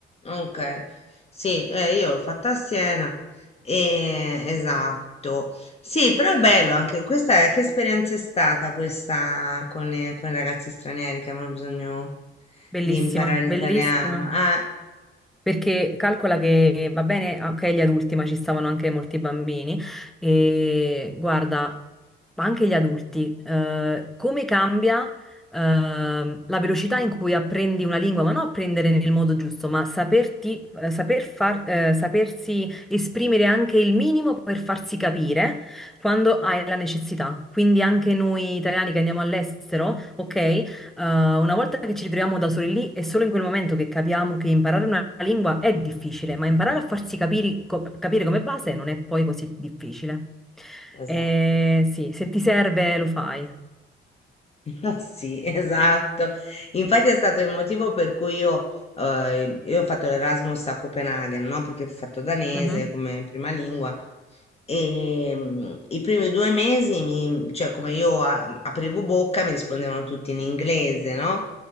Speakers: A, on the left; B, in the centre.
A: Ok, sì, eh, io l'ho fatta a Siena, e- esatto. Sì, però è bello anche questa, che esperienza è stata questa con, i- con i ragazzi stranieri che avevano bisogno
B: Bellissima,
A: di imparare l'italiano?
B: bellissima.
A: Ah,
B: Perché calcola che va bene, ok, gli adulti, ma ci stavano anche molti bambini. E guarda, ma anche gli adulti, eh, come cambia, ehm, la velocità in cui apprendi una lingua, ma non apprendere nel modo giusto, ma saperti, eh, saper far, eh, sapersi esprimere anche il minimo per farsi capire quando hai la necessità. Quindi anche noi italiani che andiamo all'estero, ok? Uh, una volta che ci ritroviamo da soli lì, è solo in quel momento che capiamo che imparare una lingua è difficile, ma imparare a farsi capiri- co- capire come base non è poi così difficile.
A: esatto.
B: Eh, sì, se ti serve lo fai.
A: <laughs> Eh Sì, esatto. Infatti è stato il motivo per cui io, eh, io ho fatto l'Erasmus a Copenaghen, no? Perché ho fatto danese
B: Mhm,
A: come prima lingua e mm, i primi due mesi, mi- cioè come io a- aprivo bocca, mi rispondevano tutti in inglese, no?